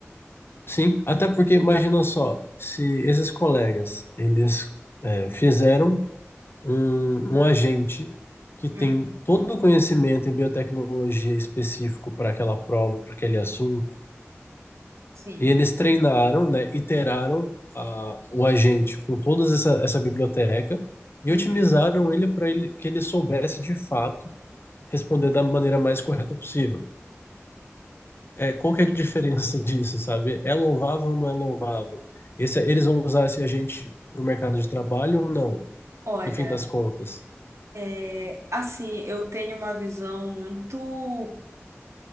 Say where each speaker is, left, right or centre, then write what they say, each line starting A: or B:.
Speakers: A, on the left (about 50°); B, on the right (about 70°).
A: Sim, até porque imagina só, se esses colegas, eles é, fizeram um, um agente que tem
B: Hum,
A: todo o conhecimento em biotecnologia específico para aquela prova, para aquele assunto,
B: sim.
A: E eles treinaram, né, iteraram a, o agente com toda essa, essa biblioteca e
B: Uhum.
A: otimizaram ele para ele, que ele soubesse de fato responder da maneira mais correta possível. É, qual que é a diferença <laughs> disso, sabe? É louvável ou não é louvável? Esse, eles vão usar esse agente para o mercado de trabalho ou não,
B: Olha,
A: no fim das contas?
B: É, Assim, eu tenho uma visão muito